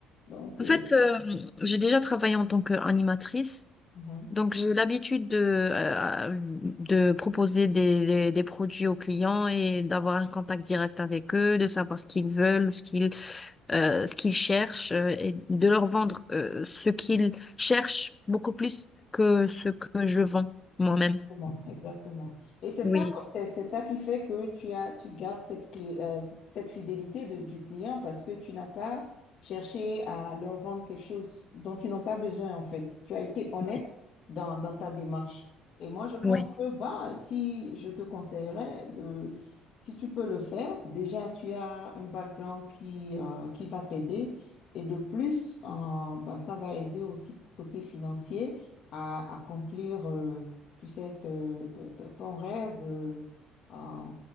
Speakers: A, on the left; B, on the left.
A: Donc,
B: En
A: euh,
B: fait, euh, j'ai déjà travaillé en tant qu'animatrice,
A: mhm.
B: donc j'ai l'habitude de, euh, de proposer des, des- des produits aux clients et d'avoir un contact direct avec eux, de savoir ce qu'ils veulent, ce qu'ils euh, ce qu'ils cherchent euh, et de leur vendre euh, ce qu'ils cherchent beaucoup plus que ce que je vends moi-même.
A: Exactement, exactement. Et c'est
B: Oui.
A: ça, c'est c'est ça qui fait que tu as, tu gardes cette clé, euh, cette fidélité de- du client parce que tu n'as pas cherché à leur vendre quelque chose dont ils n'ont pas besoin en fait. Tu as été honnête
B: Oui,
A: dans, dans ta démarche. Et moi, je pense
B: oui,
A: que bah, si je te conseillerais de, si tu peux le faire, déjà tu as un background qui, euh, qui va t'aider et de plus, euh, bah, ça va aider aussi côté financier à accomplir. euh, tu sais, te- te- te- ton rêve, euh, euh,